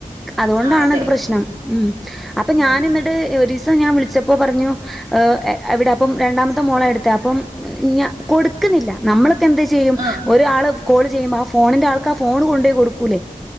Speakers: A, in the centre; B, on the right.
A: അതുകൊണ്ടാാണ്
B: അതെ
A: അത് പ്രശ്നം, മ് അപ്പ ഞാന്
B: ഉം
A: എന്നിട്ട് ഒരുസം ഞാൻ വിളി ച്ചപ്പോ പറഞ്ഞു ഏ എ എവിടെ അപ്പം രണ്ടാമത്തെ മോളാ എടുത്തെ അപ്പം ഞാ കൊടുക്കുന്നില്ല നമ്മള് ക്ക് എന്ത് ചെയ്യും
B: ആഹ്
A: ഒരാള് കോൾ ചെയ്യുമ്പ ആ ഫോണിന്റെ ആൾക്ക് ആ ഫോൺ കൊണ്ടുപോയി കൊടുക്കൂല്ലേ.